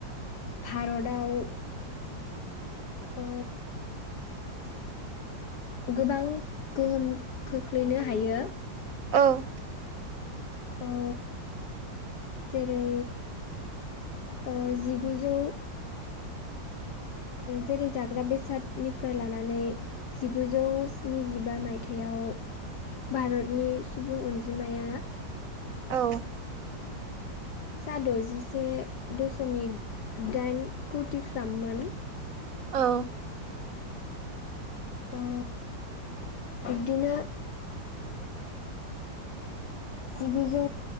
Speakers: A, on the left (about 65°); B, on the right (about 55°).
A: भारदाव ओ गोबां गोहोम खोख्लैनो हायो।
B: औ
A: ओ जेरै ओ जिगुजौ जेरै जाग्रा बेसादनिफ्राय लानानै जिगुजौ स्निजिबा मायथाइया याव भारतनि सुबुं अनजिमाया
B: औ।
A: सा द'जिसे दश'मिक दाइन कौतिफ्राममोन।
B: औ।
A: ओ बिब्दिनो जिगुजौ